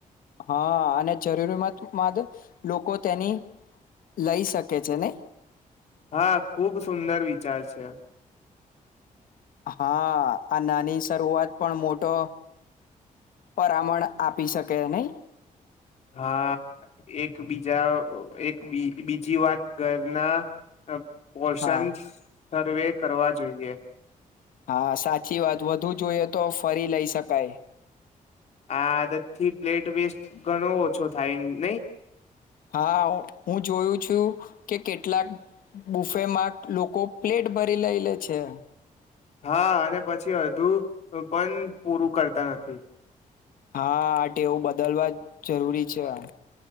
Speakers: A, on the left; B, on the left.
A: હા અને જરૂરમત બાદ લોકો તેની લઈ શકે છે ને
B: હા ખુબ સુંદર વિચાર છે
A: હા આ નાની શરૂઆત પણ મોટો પરામણ આપી શકે નહી
B: હા એક બીજા એક બીજી વાત ઘરના પોષણ
A: હા
B: સર્વે કરવા જોઈએ
A: હા સાચી વાત વધુ જોઈએ તો ફરી લઈ શકાય
B: આદતથી પ્લેટ વેસ્ટ ઘણો ઓછો થાય નહી
A: હા હું જોયું છું કે કેટલાક બુફેમાં લોકો પ્લેટ ભરી લઈ લે છે
B: હા અને પછી હુ પણ પૂરું કરતા નથી
A: હા આ ટેવું બદલવા જ જરૂરી છે આ